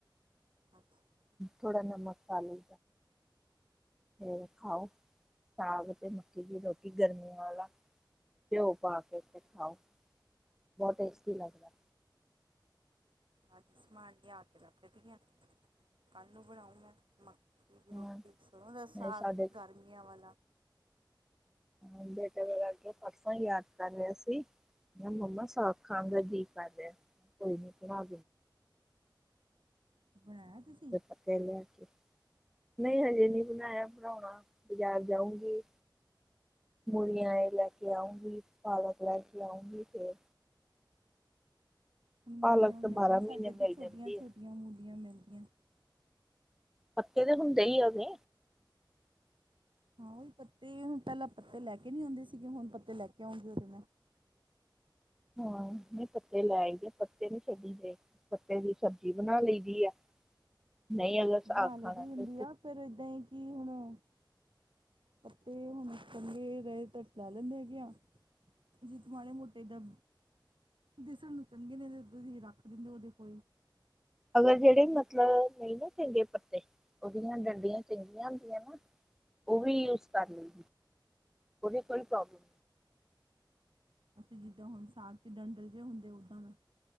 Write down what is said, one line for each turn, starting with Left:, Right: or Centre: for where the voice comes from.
Right: ਅੱਛਾ
Centre: ਥੋੜਾ ਨਮਕ ਪਾਲੋ ਫਿਰ ਖਾਓ, ਸਾਗ ਤੇ ਮੱਕੀ ਦੀ ਰੋਟੀ ਗਰਮੀਆਂ ਵਾਲਾ ਘਿਓ ਪਾ ਕੇ ਖਾਓ ਬਹੁਤ ਟੇਸ਼ਟੀ ਲਗਦਾ।
Right: ਅੱਜ ਸਮਾਨ ਲਿਆ ਕੇ ਰੱਖਦੀ ਹ, ਕੱਲ ਬਣਾਓ ਮੈਂ ਮੱਕੀ ਦੀ ਰੋਟੀ
Centre: ਹਾਂ
Right: ਸਰੋ ਦਾ ਸਾਗ,
Centre: ਮੇਰੇ ਸਾਡੇ
Right: ਗਰਮੀਆਂ ਵਾਲਾ
Centre: ਹ ਬੇਟੇ ਦਾ ਅਗੇ <unintelligible> ਯਾਦ ਕਰ ਰਿਹਾ ਸੀ। ਮੈਂ ਮੰਮਾ ਸਾਗ ਖਾਨ ਦਾ ਜੀ ਕਰ ਰਿਹਾ ਹੈ, ਕੋਈ ਨੀ <unintelligible> <inaudible> ਲਿਆ
Right: ਬਣਾਇਆ ਤੁਸੀਂ
Centre: ਕੇ, ਨਹੀਂ ਹਲੇ ਨਈ ਬਣਾਇਆ ਬਣਾਉਣਾ ਬਾਜ਼ਾਰ ਜਾਊਗੀ ਮੁਲੀਆਂ ਐ ਲੈ ਕੇ ਆਉਂਗੀ, ਪਾਲਕ ਲੈ ਕੇ ਆਊਂਗੀ, ਫਿਰ
Right: ਮੂਲੀਆਂ
Centre: ਪਾਲਕ ਤਾਂ
Right: ਮਿਲਦੀਆਂ
Centre: ਬਾਰਾਂ ਮਹੀਨੇ
Right: ਸਾਡੇ
Centre: ਮਿਲ
Right: ਤੇ
Centre: ਜਾਂਦੀ
Right: ਛੋਟੀਆਂ,
Centre: ਹੈ
Right: ਛੋਟੀਆਂ ਮੂਲੀਆਂ ਮਿਲਦੀਆਂ
Centre: ਪੱਕੇ, ਤਾਂ ਹੁੰਦੇ ਈ ਅਵੇ
Right: ਹਾਂ ਪੱਤੇ, ਹੁਣ ਪਹਿਲਾਂ ਪੱਤੇ ਲੈ ਕੇ ਨਈ ਆਉਂਦੇ ਸੀਗੇ ਹੁਣ ਪੱਤੇ ਲੈ ਕੇ ਆਉਂਗੇ ਓਦੇ
Centre: ਹਾਂ, ਮੇ ਪੱਤੇ ਲੈਈ ਪੱਤੇ ਨੇ ਛੱਡੀ ਦੇ ਪੱਤੇ ਦੀ ਸਬਜ਼ੀ ਬਣਾ ਲਈ ਦੀ ਏ, ਨਈ ਅਗਰ
Right: ਬਣਾ
Centre: ਸਾਗ
Right: ਲਈਦੀ
Centre: ਖਾਣਾ
Right: ਹੁੰਦੀ
Centre: ਤੇ
Right: ਆ ਫਿਰ ਏਦਾਂ ਹੀ ਕਿ ਹੁਣਾ, ਪੱਤੇ ਹੁਣ ਚੰਗੇ ਰਹੇ ਤ ਲੈ ਲੈਂਦੇ ਹੈਗੇ ਆ, ਅਸੀ ਮਾੜੇ ਮੋਟੇ ਏਦਾਂ ਦਿਸਣ ਨੂੰ ਚੰਗੇ ਨੇ ਤੁਸੀਂ ਰੱਖ ਦਿੰਦੇ ਓਦੇ ਕੋਲ
Centre: ਅਗਰ ਜਿਹੜੇ ਮਤਲਬ ਨਹੀਂ ਨਾ ਚੰਗੇ ਪੱਤੇ, ਉਹਦੀਆਂ ਡੰਡੀਆਂ ਚੰਗੀਆਂ ਹੁੰਦੀਆਂ ਨਾ ਓ ਵੀ ਯੂਜ ਕਰ ਲੈਂ, ਓਦੀ ਕੋਈ ਪ੍ਰੌਬਲਮ
Right: ਅਸੀਂ ਜਿੱਦਾਂ ਹੁਣ ਸਾਗ ਚ ਡੰਡਲ ਜਿਹੇ ਹੁੰਦੇ ਓਦਾਂ ਦਾ